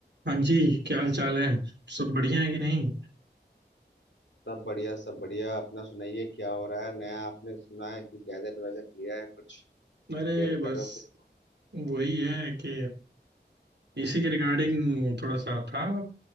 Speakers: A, on the right; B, on the left.
A: हाँ जी क्या हाल चाल है सब बढ़िया है कि नहीं
B: सब बढ़िया सब बढ़िया अपना सुनाइए क्या हो रहा है नया आपने सुना है कि गैजेट वैजेट लिया है कुछ
A: अरे
B: डेट कर
A: बस
B: रहे हो कुछ
A: वही है कि इसी के रिगार्डिंग थोड़ा सा था